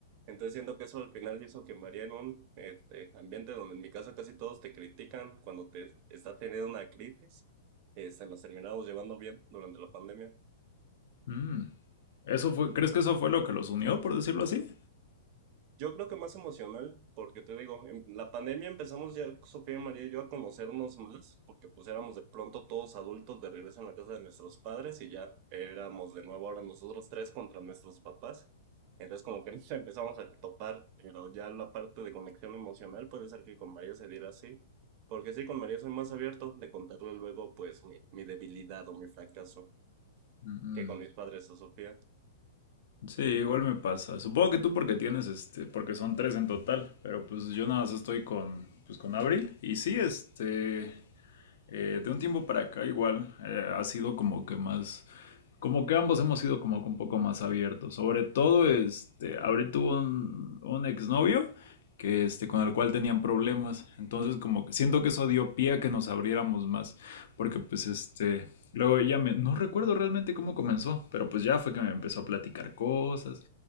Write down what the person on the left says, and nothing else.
"Mm, ¿Eso fue, crees que eso fue lo que los unió, por decirlo así?
Mm,
Sí, igual me pasa. Supongo que tú porque tienes este, porque son tres en total, pero pues yo nada más estoy con, pues con Abril y sí, este, Eh, de un tiempo para acá igual eh, ha sido como que más, como que ambos hemos sido como que un poco más abiertos. Sobre todo, este, Abril tuvo un, un exnovio que este, con el cual tenían problemas. Entonces, como que siento que eso dio pie a que nos abriéramos más, porque pues este, luego ella me, no recuerdo realmente cómo comenzó, pero pues ya fue que me empezó a platicar cosas